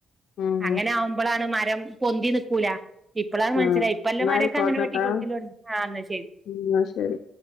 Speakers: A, on the left; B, on the right.
A: ഉം
B: അങ്ങനെ ആവുമ്പളാണ് മരം പൊന്തി നിക്കൂല ഇപ്പളാണ് മനസ്സിലായി
A: ആഹ്
B: ഇപ്പ ല്ലമാരൊക്കെ
A: ന്നാ ആയിക്കോട്ടെട്ടോ
B: അങ്ങനെ വെട്ടി കൊടുക്കല് തൊടങ്ങി ആ എന്നാ ശെരി
A: ഉം ന്നാ ശരി